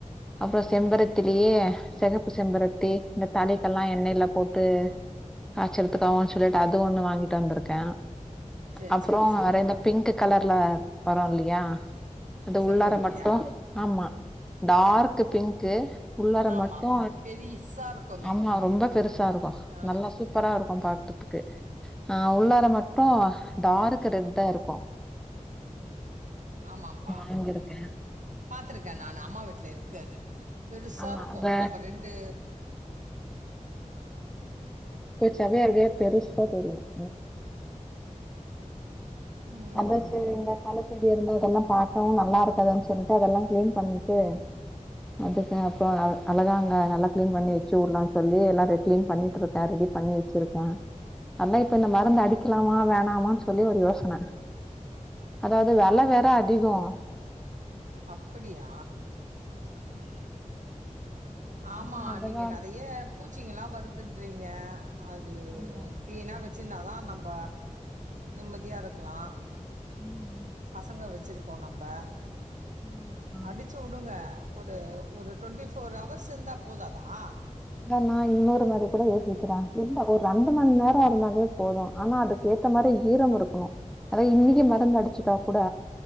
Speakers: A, in the centre; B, on the right.
A: அப்றோ செம்பருத்திலியே செகப்பு செம்பருத்தி இந்த தலைக்கல்லா எண்ணைல போட்டு காய்ச்சறத்துக்காகவுன் சொல்லிட்டு அது ஒண்ணு வாங்கிட்டு வந்திருக்க
B: சரி,
A: அப்றோ
B: சரி, சரி.
A: வேற இந்த பிங்க்கு கலர்ல வரு இல்லியா அது
B: செம்பருத்தியா?
A: உள்ளார மட்டு ஆமா டார்க்கு பிங்க்கு உள்ளாற
B: ஆமா.
A: மட்டு
B: பெரிசா இருக்குமே!
A: ஆமா ரொம்ப பெருசாருக்கு
B: ஆ
A: நல்லா சூப்பராருக்கும் பாக்கறதுக்கு ஆஹ் உள்ளார மட்டு டார்க்கு ரெட்டா இருக்கு
B: ஆமாம்ப்பா
A: வாங்கியிருக்கேன்.
B: பாத்துருக்க நானு அம்மா வீட்ல இருக்கு அது பெருசாருக்கு
A: ஆமா அந்த
B: நம்ப ரெண்டு
A: அப்டியே அப்டியே பெருசா தெரியு <unintelligible>
B: ம்.
A: அதா சரி இந்த கல செடி இருந்தல்லா பாக்கவு நல்லாருக்காதுன்னு சொல்லிட்டு அதெல்லா க்ளீன் பண்ணிட்டு அதுக்கப்ற அவ் அழகா அங்க நல்லா க்ளீன் பண்ணி வெச்சுவுட்லான் சொல்லி எல்லா கிளீன் பண்ணிட்ருக்க ரெடி பண்ணி வெச்சிருக்க அதா இப்ப இந்த மருந்து அடிக்கலாமா வேணாமான் சொல்லி ஒரு யோசன
B: உம்
A: அதாது வெல வேற அதிகோ
B: அப்படியா ம் ஆமா
A: அதா அதெல்லா
B: நீங்க நறைய பூச்சிங்கல்லா வருதுன்றிங்க அது
A: ஆமா
B: க்ளீனா வெச்சிந்தாதா நம்ப நிம்மதியாருக்லா
A: ம்
B: பசங்க வெச்சிருக்கோ நம்ப
A: ஆமாப்பா
B: அடிச்சுவுடுங்க ஒரு ஒரு டொண்ட்டி ஃபோர் அவர்ஸ் இந்தா போதாதா
A: நா இன்னொரு மாரி கூட யோசிக்ற இல்ல ஒரு ரண்டு மண்நேரோ இருந்தாவே போது ஆனா அதுக்கேத்த மாரி ஈரம் இருக்கணு அத இன்னிக்கு மருந்து அடிச்சிட்டா கூட